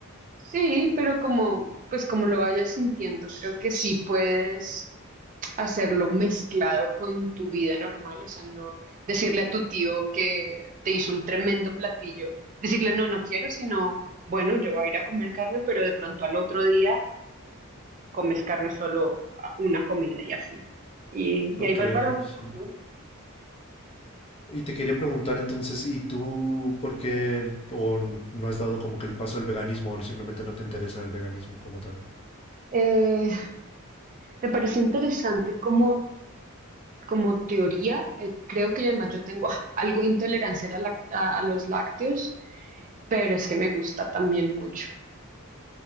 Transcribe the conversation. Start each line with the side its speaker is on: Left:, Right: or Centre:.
Right: Sí, pero como, pues como lo vayas sintiendo, creo que sí puedes hacerlo mezclado con tu vida normal, o sea, no decirle a tu tío que te hizo un tremendo platillo, decirle no, no quiero, sino, bueno, yo voy a ir a comer carne, pero de pronto al otro día comes carne solo a- una comida y así. Y,
Left: Ok,
Right: y ahí vas balanceando.
Left: sí. Y te quería preguntar entonces, ¿y tú por qué o n- no has dado como que el paso al veganismo o simplemente no te interesa el veganismo como tal?
Right: Eh, me parece interesante cómo como teoría, eh, creo que además yo tengo <laughs> ah, algo de intolerancia a, la lac- a- a los lácteos, pero es que me gusta también mucho.